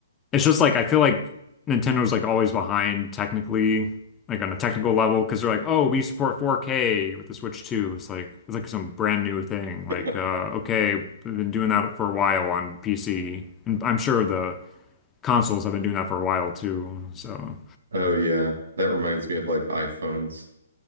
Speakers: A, on the left; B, on the right.
A: It's just like I feel like Nintendo's like always behind technically, like on a technical level, because they're like, oh, we support 4K with the Switch 2. It's like it's like some brand new thing. Like,
B: <laughs>
A: uh, okay, we've been doing that for a while on PC, and I'm sure the consoles have been doing that for a while too. So
B: Oh yeah, that reminds me of like iPhones.